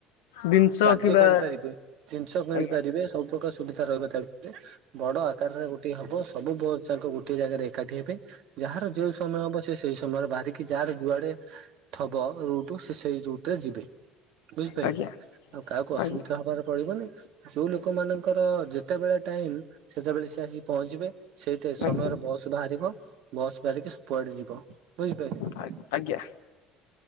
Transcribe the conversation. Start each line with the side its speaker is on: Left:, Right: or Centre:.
Left: ଜିନିଷ
Right: କାର୍ଯ୍ୟ
Left: କିମ୍ବା
Right: କରିପାରିବେ ଜିନିଷ କିଣି
Left: ଆଜ୍ଞା
Right: ପାରିବେ ସବୁ ପ୍ରକାର ସ ସୁବିଧା ରହିବ ତା ଭିତରେ, ବଡ ଆକାରରେ ଗୋଟେ ହବ ସବୁ ବସ ଯାଙ୍କ ଗୋଟଏ ଜାଗାରେ ଏକାଠି ହେବେ। ଯାହାର ଯୋଉ ସମୟ ହବ ସେ ସେଇ ସମୟରେ ବାହାରିକି ଯାହାର ଯୁଆଡେ ଥବ ରୁଟ ସେଇ ରୁଟରେ ଯିବେ। ବୁଝିପାରିଲେ,
Left: ଆଜ୍ଞା
Right: ଆଉ କାହାକୁ ଅସୁବିଧା
Left: ଆଜ୍ଞା
Right: ହବାରେ ପଡିବନି। ଯୋଉ ଲୋକ ମାନଙ୍କର ଯେତେବେଳେ ଟାଇମ ସେତେବେଳେ ସେ ଆସିିକି ପହଞ୍ଚିବେ। ସେଇଟା ସମୟରେ
Left: ଆଜ୍ଞା
Right: ବସ୍ ବାହାରିବ, ବସ୍ ବାହାରିକି କୁଆଡେ ଯିବ ବୁଝିପାରିଲେ।
Left: ଆ- ଆଜ୍ଞା।